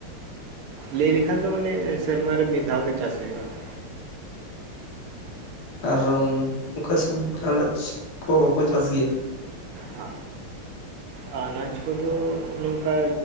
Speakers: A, on the right; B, on the left.
A: ᱞᱟᱹᱭ ᱞᱮᱠᱷᱟᱱ ᱫᱚ ᱢᱟᱱᱮ ᱥᱮᱨᱢᱟ ᱨᱮ ᱢᱤᱫ ᱫᱷᱟᱣ ᱜᱮ ᱪᱟᱥ ᱦᱩᱭᱩᱜ-ᱟ ᱾
B: ᱟᱨ ᱚᱱᱠᱟ ᱥᱚᱵᱽᱡᱤ ᱟᱱᱟᱡᱽ ᱠᱚ ᱵᱟᱠᱚ ᱪᱟᱥ ᱜᱮᱭᱟ?
A: ᱦᱟᱹᱜ ᱟᱨ ᱟᱱᱟᱡᱽ ᱠᱚᱫᱚ ᱱᱚᱝᱠᱟ